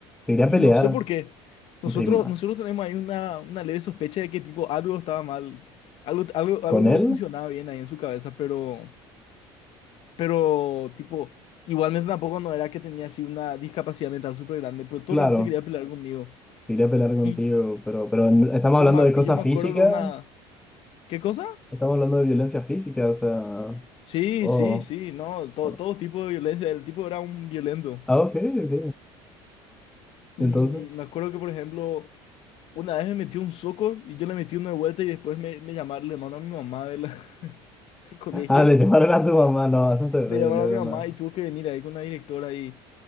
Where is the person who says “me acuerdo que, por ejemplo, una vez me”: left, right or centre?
Left